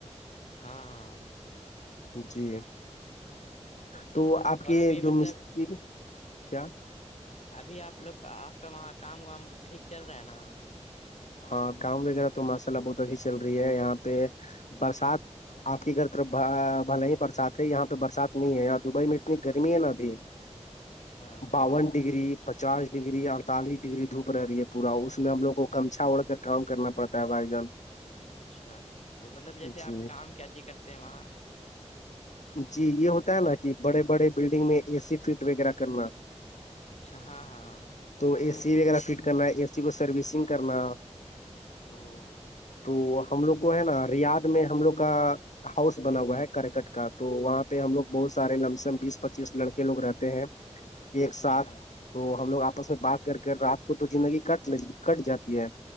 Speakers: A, on the left; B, on the left.
A: ہاں
B: جی تو آپ
A: اور
B: کے
A: ابھی
B: جو
A: مطلب
B: مستری کیا
A: ابھی آپ لوگ کا آپ کا وہاں کام وام ٹھیک چل رہا ہے نا
B: ہاں گاؤں وغیرہ تو ماشاءلہ بہت اچھی چل رہی ہے یہاں پہ برسات آپ کے گھر طر بھل ہی برسات ہے یہاں پہ برسات نہیں ہے دبئی میں اتنی گرمی ہے نا ابھی
A: اچھا
B: باون ڈگری پچاس ڈگری اڑتالیس ڈگری دھوپ رہی ہے پورا اس میں ہم لوگ کو کمچا اوڑ کر کام کرنا پڑتا ہے بھائی جان
A: اچھا تو مطلب جیسے
B: جی
A: آپ کام کیا چی کرتے ہیں وہاں
B: جی یہ ہوتا ہے نا کہ بڑے بڑے بلڈنگ میں اے سی فٹ وغیرہ کرنا
A: اچھا ہاں ہاں ہاں
B: تو اے سی وغیرہ فٹ کرنا اے سی کو سروسنگ کرنا
A: او
B: تو ہم لوگ کو ہے نا ریاد میں ہم لوگ کا ہاؤس بنا ہوا ہے کرکٹ کا تو وہاں پہ ہم لوگ بہت سارے لم سےم بیس پچیس لڑکے لوگ رہتے ہیں ایک
A: اچھا
B: ساتھ تو ہم لوگ آپس میں بات کر کر رات کو تو زندگی کٹ ل کٹ جاتی ہے